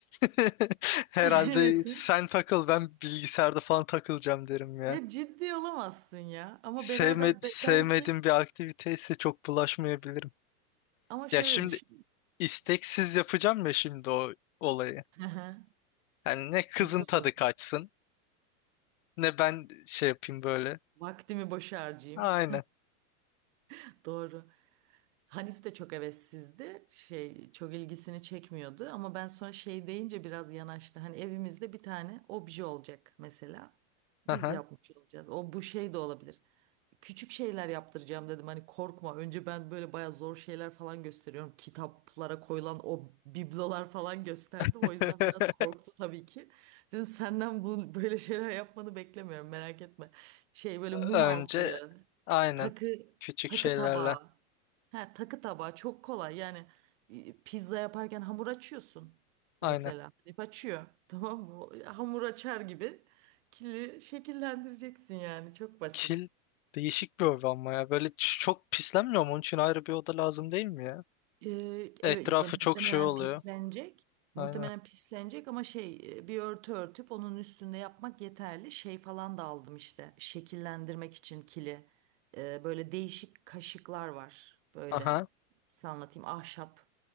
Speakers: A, on the left; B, on the right.
A: <laughs> herhalde
B: <laughs>
A: sen
B: Hevesi.
A: takıl ben bilgisayarda falan takılacağım derim ya.
B: Ya ciddi olamazsın ya. Ama
A: Sevme,
B: beraber
A: sevmediğim
B: be- belki
A: bir aktivite ise çok bulaşmayabilirim.
B: ama şöyle
A: Ya şimdi
B: düşün.
A: isteksiz yapacağım ya şimdi o olayı.
B: Hı hı.
A: Yani ne kızın
B: Kötü
A: tadı
B: olur.
A: kaçsın ne ben şey yapayım böyle.
B: Vaktimi boşa harcayayım.
A: Aynen.
B: <laughs> Doğru. Hanif de çok hevessizdi. Şey çok ilgisini çekmiyordu ama ben sonra şey deyince biraz yanaştı. Hani evimizde bir tane obje olacak mesela. Biz
A: Aha.
B: yapmış olacağız. O bu şey de olabilir küçük şeyler yaptıracağım dedim. Hani korkma. Önce ben böyle bayağı zor şeyler falan gösteriyorum. Kitaplara koyulan o biblolar falan gösterdim.
A: <laughs>
B: O yüzden biraz korktu tabii ki. Dedim senden bu böyle şeyler yapmanı beklemiyorum. Merak etme. Şey böyle mum
A: Önce
B: altlığı,
A: aynen
B: takı
A: küçük
B: takı
A: şeylerle
B: tabağı. Ha, takı tabağı çok kolay. Yani e, pizza yaparken hamur açıyorsun
A: aynen
B: mesela. Herif açıyor. <laughs> Tamam mı? O Hamur açar gibi kili şekillendireceksin yani. Çok basit.
A: kil değişik bir oda ama ya böyle ç- çok pislenmiyor mu? Onun için ayrı bir oda lazım değil mi ya?
B: Ee,
A: Etrafı
B: evet zaten
A: çok
B: muhtemelen
A: şey oluyor.
B: pislenecek. Muhtemelen
A: Aynen.
B: pislenecek ama şey e, bir örtü örtüp onun üstünde yapmak yeterli. Şey falan da aldım işte şekillendirmek için kili. Ee, böyle değişik kaşıklar var. Böyle
A: Aha.
B: size anlatayım ahşap